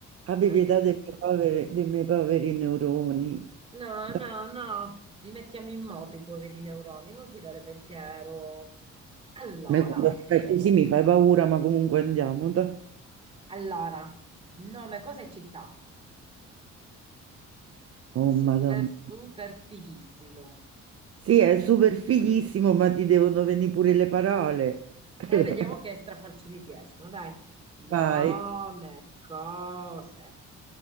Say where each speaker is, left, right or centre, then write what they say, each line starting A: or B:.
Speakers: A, on the right; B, on the right.
A: Abbi
B: anche...
A: pietà dei miei poveri, dei miei poveri neuroni.
B: No,
A: Dai,
B: no, no, li mettiamo in moto i poveri neuroni, non ti dare pensiero. Allora,
A: ma quando fai così mi fai paura, ma comunque andiamo. dai.
B: allora, nome, cosa e città?
A: Oh,
B: Super,
A: Madonna.
B: super fighissimo.
A: Sì, è super fighissimo, ma ti devono venire pure le parole. <laughs>
B: E vediamo che strafalcioni ti escono, dai. Nome,
A: Vai.
B: cose,